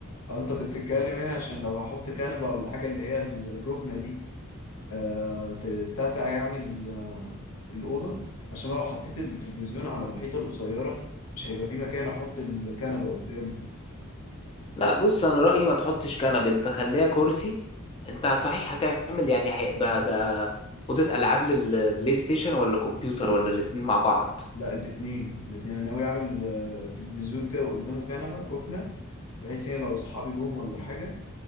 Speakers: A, on the left; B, on the left.
A: آه، انت بتتكلم هنا عشان لو هحط كنبة ولا حاجة اللي هي ال- الركنة دي آه تتسع يعني ال- الأوضة عشان لو حطيت التلفزيون على الحيطة القصيرة مش هيبقى في مكان احط الكنبة قدامه
B: لا بص انا رأيي ما تحطش كنب انت خليها كرسي انت صحيح هتعمل يعني هيبقى ده أوضة ألعاب للبلاي ستيشن ولا كمبيوتر ولا الاتنين مع بعض
A: لا الاثنين الاثنين انا ناوي اعمل آه، تلفزيون كده قدامه كنبه ركنه بحيث يعني لو اصحابي جم ولا حاجه